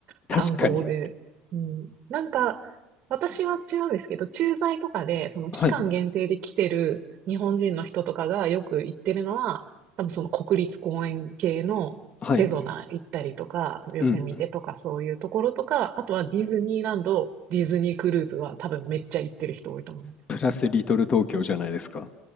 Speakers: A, on the left; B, on the right.
A: 確かに。
B: 観光で。うん、なんか、私は違うんですけど、駐在とかで、その期間限定で来てる日本人の人とかがよく行ってるのは、
A: はい。
B: 多分その国立公園系のセドナ行ったりとか、
A: はい。
B: そのヨセミテとかそういうところとか、
A: うん。
B: あとはディズニーランド、ディズニークルーズは多分めっちゃ行ってる人多いと思うんです。
A: プラスリトル東京じゃないですか。